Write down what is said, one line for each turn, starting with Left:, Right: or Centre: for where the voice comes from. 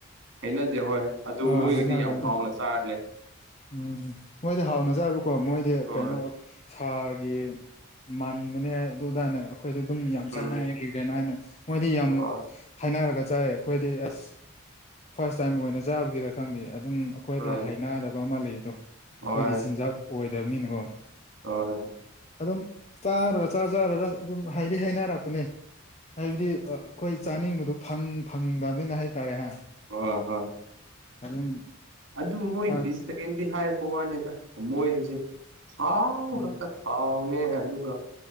Right: ꯍꯩꯅꯗꯦ ꯍꯣꯏ ꯑꯗꯨ
Left: ꯑ
Right: ꯃꯣꯏꯒꯤꯗꯤ
Left: ꯍꯥꯏꯅꯗꯅꯦ
Right: ꯌꯥꯝ ꯍꯥꯎꯅ ꯆꯥꯔ ꯂꯩ
Left: ꯎꯝꯝ ꯃꯣꯏꯗꯤ ꯍꯥꯎꯅ ꯑꯣꯖꯕꯀꯣ ꯃꯣꯏꯗꯤ
Right: ꯍꯣꯏ
Left: ꯀꯩꯅꯣ ꯁꯥꯒꯤ ꯃꯟꯗꯨꯅꯦ ꯍꯥꯏ ꯑꯗꯨꯗꯥꯅꯦ ꯑꯩꯈꯣꯏꯗ ꯑꯗꯨꯝ ꯌꯥꯝ
Right: ꯎꯝ
Left: ꯆꯥꯟꯅꯏ ꯀ ꯀꯅꯣ ꯍꯥꯏꯅ ꯃꯣꯏꯗꯤ ꯌꯥꯝ
Right: ꯍꯣꯏ
Left: ꯍꯥꯏꯅꯔꯒ ꯆꯥꯏꯌꯦ ꯑꯩꯈꯣꯏꯗꯤ ꯑꯁ ꯐꯥꯔꯁ ꯇꯥꯏꯝ ꯑꯣꯏꯅ ꯆꯥꯕꯒꯤꯔ ꯈꯪꯗꯦ ꯑꯗꯨꯝ ꯑꯩꯈꯣꯏꯗ
Right: ꯎꯝ
Left: ꯍꯩꯅꯗꯕ ꯑꯃ ꯂꯩꯕꯗꯣ ꯑꯩꯈꯣꯏꯒꯤ
Right: ꯍꯣꯏ
Left: ꯆꯤꯟꯖꯥꯛ ꯑꯣꯏꯗꯕꯅꯤꯅꯀꯣ
Right: ꯍꯣꯏ
Left: ꯑꯗꯨꯝ ꯆꯥꯔ ꯆꯥ ꯆꯥꯔꯒ ꯑꯗꯨꯝ ꯍꯥꯏꯗꯤ ꯍꯩꯅꯔꯛꯄꯅꯦ ꯍꯥꯏꯕꯗꯤ ꯆꯥꯅꯤꯡꯕꯗꯨ ꯐꯪ ꯐꯪꯗꯕꯅꯤꯅ ꯍꯥꯏꯇꯥꯔꯦ ꯍꯥ
Right: ꯑꯣ ꯍꯣꯏ
Left: ꯑꯗꯨꯝ
Right: ꯑꯗꯨ ꯃꯣꯏ
Left: ꯆꯥ
Right: ꯕꯤꯁ ꯇ <unintelligible> ꯀꯗꯤ ꯍꯥꯏꯕ ꯋꯥꯅꯤꯗ ꯃꯣꯏꯁꯦ ꯊꯥꯎ
Left: ꯎꯝ
Right: ꯍꯪꯇꯛ ꯊꯥꯎꯅꯦ ꯑꯗꯨꯒ